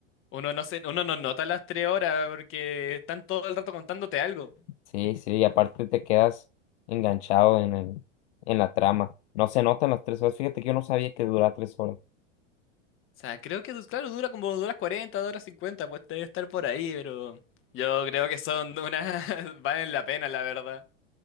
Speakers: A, on the left; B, on the left.
A: Uno no se, uno no nota las tres horas porque están todo el rato contándote algo.
B: Sí, sí, y aparte te quedas enganchado en el, en la trama. No se notan las tres horas. Fíjate que yo no sabía que duraba tres horas.
A: O sea, creo que, claro, dura como dos horas cuarenta 40, horas 50 pues debe estar por ahí, pero yo creo que son unas... <laughs> valen la pena, la verdad.